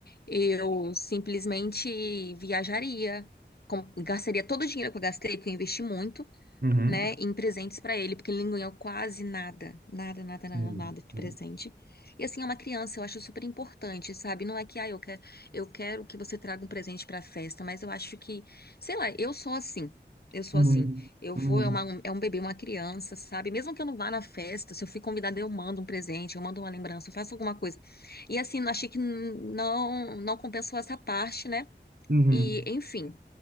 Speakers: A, on the left; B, on the right.
A: eu simplesmente viajaria, com- gastaria todo o dinheiro que eu gastei, porque eu investi muito
B: uhum,
A: né, em presentes pra ele, porque ele não ganhou quase nada, nada, nada, nada,
B: sim,
A: nada de
B: sim.
A: presente. E assim, é uma criança, eu acho super importante, sabe? Não é que, ah, eu quero, eu quero que você traga um presente pra festa, mas eu acho que, sei lá, eu sou assim. Eu sou
B: Uhum,
A: assim. Eu
B: uhum,
A: vou, é, uma, é um bebê, uma criança, sabe? Mesmo que eu não vá na festa, se eu fui convidada, eu mando um presente, eu mando uma lembrança, eu faço alguma coisa. E assim, achei que não, não compensou essa parte, né?
B: uhum.
A: E, enfim.